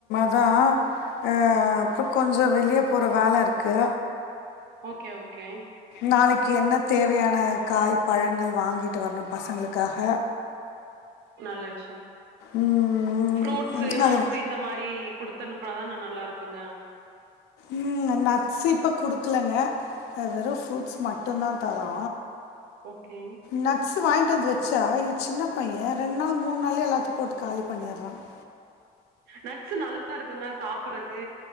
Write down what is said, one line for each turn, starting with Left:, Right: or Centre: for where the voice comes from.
Left: அதா ஆ அப்ப கொஞ்சோ வெளிய போற வேல இருக்கு
Right: ஓகே ஓகே
Left: நாளைக்கு என்ன தேவையான காய் பழங்கள் வாங்கிட்டு வரணு பசங்களுக்காக
Right: நல்ல விஷ்யோ
Left: ம்,
Right: ஃப்ரூட்ஸு
Left: அது
Right: நட்ஸு இந்த மா ரி குடுத்தனுப்புனா தான நல்லா இருக்குங்க
Left: ம் ந நட்ஸ் இப்போ குடுக்கலங்க ஆ வெறு ஃப்ரூட்ஸ் மட்டுந்தா தரோ
Right: ஓகே
Left: நட்ஸ் வாங்கிட்டு வந்து வச்சா எ சின்ன பைய ரெண்டு நாள் மூணு நாள்லயே எல்லாத்தையு போட்டு காலி பண்ணிட்றா <inaudible>
Right: நட்ஸ் நல்லாருக்குங்க சாப்புட்றக்கு